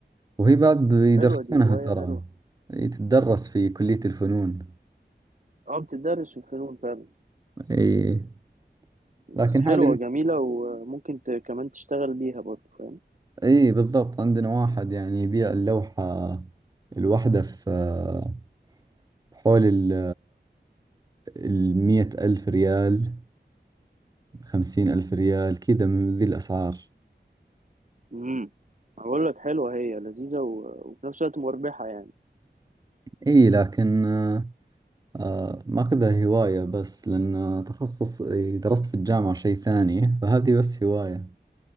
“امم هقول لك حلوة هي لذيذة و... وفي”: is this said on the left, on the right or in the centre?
Right